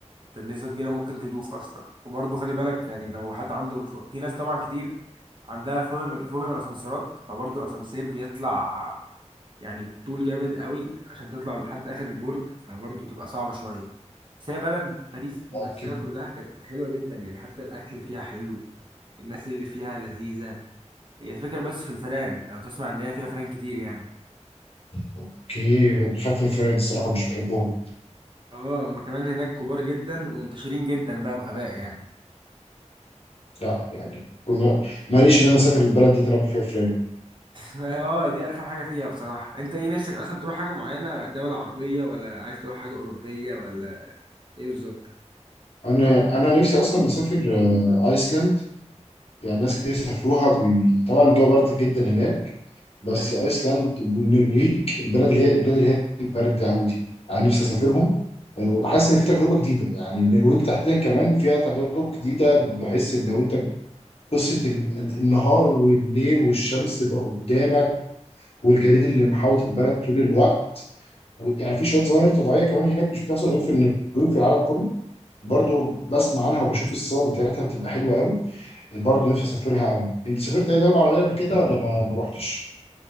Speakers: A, on the right; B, on the left.
A: انت بنسبة كبيرة ممكن تدوخ أصلا وبرضه خلي بالك يعني لو حد عنده ف- في ناس طبعا كتير عندها فوبيا فوبيا من الأسانسيرات فبرضه الأسانسير بيطلع يعني طول جامد قوي عشان تطلع لحد آخر البرج فبرضه بتبقى صعبة شوية بس هي بلد باريس نفسها
B: اوكي
A: كلها كانت حلوة جدا يعني حتى الأكل فيها حلو الناس اللي فيها لذيذة هي الفكرة بس في الفئران لو تسمع إن هي فيها فئران كتير يعني
B: اوكي بخاف من فرنسا الصراحه مش بحبهم
A: اه هما كمان هناك كبار جدا ومنتشرين جدا بقى بغباء يعني
B: لا يعني كل- ماليش ان انا اسافر البلد دي طالما فيها فراخ
A: اه دي ارخم حاجه فيها بصراحه انت ايه نفسك اصلا تروح حاجه معينه دوله عربيه ولا عايز تروح حاجه اوروبيه ولا ايه بالظبط
B: انا انا نفسي اصلا اسافر آه، ايسلاند يعني ناس كتير سافروها بي... طبعا الجو برد جدا هناك بس
A: حلو
B: ايسلاند والنرويج البلد اللي هي البلاد اللي هي برد عودي انا نفسي اسافرهم آه، وحاسس ان في تجربه جديده يعني النرويج تحديدا كمان فيها تجارب جديده بحس ان لو انت قصه ال- ال- النهار والليل والشمس بقى قدامك والجليد اللي محاوط البلد طول الوقت يعني في شويه ظواهر طبيعيه كمان هناك مش بتحصل غير في النرويج في العالم كله برضو بسمع عنها وبشوف الصور بتاعتها بتبقى حلوه قوي برضو نفسي اسافرها قوي انت سافرت اي دوله عربيه قبل كده ولا ما ما رحتش